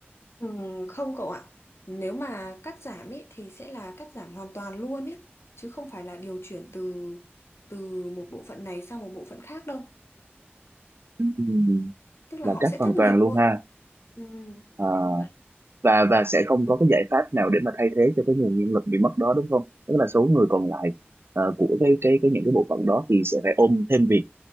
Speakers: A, on the left; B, on the right.
A: Ừ, không cậu ạ. Nếu mà cắt giảm ý, thì sẽ là cắt giảm hoàn toàn luôn ý chứ không phải là điều chuyển từ từ một bộ phận này sang một bộ phận khác đâu.
B: Ừm,
A: Tức là
B: là
A: họ
B: cắt
A: sẽ
B: hoàn
A: thất
B: toàn
A: nghiệp
B: luôn
A: luôn.
B: ha.
A: Ừ,
B: À,
A: đúng vậy.
B: và và sẽ không có cái giải pháp nào để mà thay thế cho cái nguồn nhân lực bị mất đó đúng không? Tức là số người còn lại ờ, của cái cái cái những cái bộ phận đó thì sẽ phải ôm thêm việc.